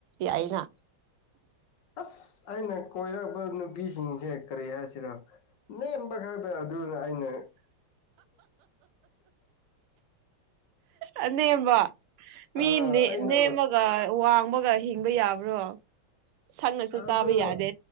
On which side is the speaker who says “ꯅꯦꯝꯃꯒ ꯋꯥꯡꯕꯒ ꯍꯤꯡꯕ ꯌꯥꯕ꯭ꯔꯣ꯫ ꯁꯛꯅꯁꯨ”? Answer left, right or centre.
Right